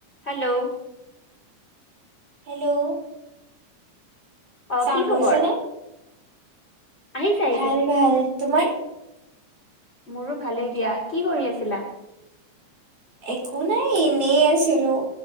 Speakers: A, on the left; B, on the right.
A: Hello
B: hello
A: অ
B: sound
A: কি
B: গৈছে
A: খবৰ
B: নে?
A: আহিছে আহিছে
B: ভাল ভাল তোমাৰ
A: মোৰো ভালেই দিয়া কি কৰি আছিলা
B: একো নাই এনে আছিলো